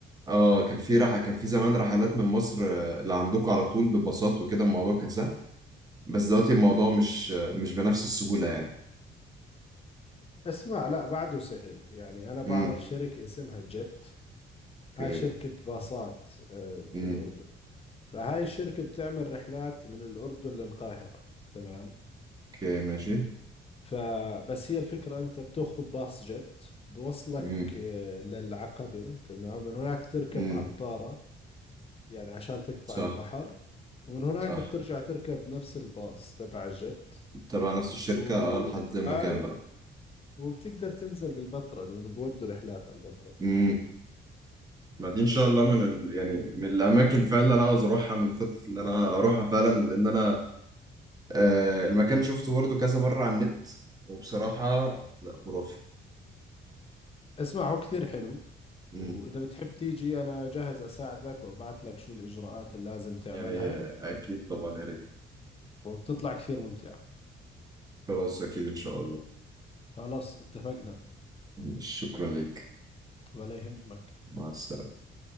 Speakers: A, on the right; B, on the left.
A: اه كان في رحله كان في زمان رحلات من مصر آه، لعندكم على طول بباصات وكده الموضوع كان سهل بس دلوقتي الموضوع مش آه، مش بنفس السهوله يعني
B: اسمع لا بعده سهل يعني أنا بعرف
A: امم
B: شركة اسمها جيت
A: اوكي
B: هاي شركة باصات آه، في
A: امم
B: الأردن فهاي الشركة بتعمل رحلات من الأردن للقاهرة تمام
A: اوكي ماشي
B: فبس هي الفكرة أنت بتأخذ باص جت بوصلك
A: امم
B: آه، للعقبة تمام من هناك تركب
A: امم
B: عبارة يعني عشان تقطع
A: صح
B: البحر ومن هناك
A: صح
B: بترجع تركب نفس الباص تبع الجت
A: تبع نفس الشركه
B: و...
A: اه لحد المكان
B: أيوة
A: بقى
B: وبتقدر تنزل بالبتراء لأنه بودوا رحلات على البتراء
A: امم ما دي ان شاء الله من ال... يعني من الاماكن فعلا اللي انا عاوز اروحها من الخطط اللي انا اروحها فعلا لان انا آه المكان شفته برضو كذا مرة على النت وبصراحة لا خرافي
B: اسمع هو كثير حلو
A: مم.
B: وإذا بتحب تيجي أنا جاهز أساعدك وأبعت لك شو الإجراءات اللي لازم تعملها
A: يعني آه، أكيد طبعا يا ريت
B: وبتطلع كثير ممتعة
A: خلاص أكيد إن شاء الله
B: خلاص اتفقنا
A: شكرا لك
B: ولا يهمك
A: مع السلامة